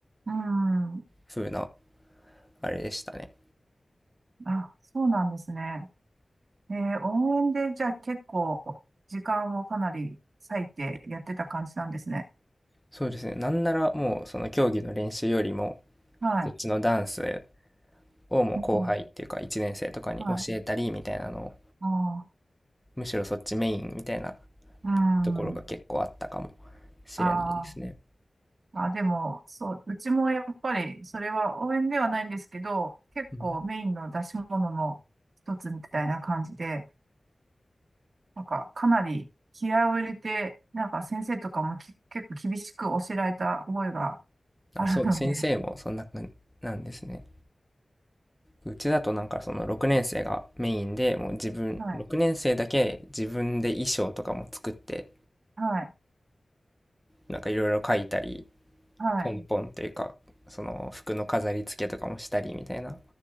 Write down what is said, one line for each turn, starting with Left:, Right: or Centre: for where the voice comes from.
Right: うん。
Centre: 風なあれでしたね。
Right: あ、そうなんですね。えー、応援で、じゃあ結構、時間をかなり割いてやってた感じなんですね。
Centre: そうですね。なんならもうその競技の練習よりも
Right: はい。
Centre: そっちのダンスをもう後輩っていうか1年生とかに教えたりみたいなのを
Right: うん、はい。ああ、
Centre: むしろそっちメインみたいな
Right: うん。
Centre: ところが結構あったかもしれないですね。
Right: あーあ、でも、そう、うちもやっぱり、それは応援ではないんですけど、結構メインの出し物の一つみたいな感じで、
Centre: うん
Right: なんか、かなり気合を入れて、なんか先生とかもき結構厳しく教えられた覚えが
Centre: あ、
Right: あるので、
Centre: そう、先生もそんな感じなんですね。うちだとなんかその6年生がメインで、もう自分、
Right: はい、
Centre: 6年生だけ自分で衣装とかも作って、
Right: はい、
Centre: なんかいろいろ書いたり、
Right: はい、
Centre: ポンポンというか、その服の飾り付けとかもしたりみたいな、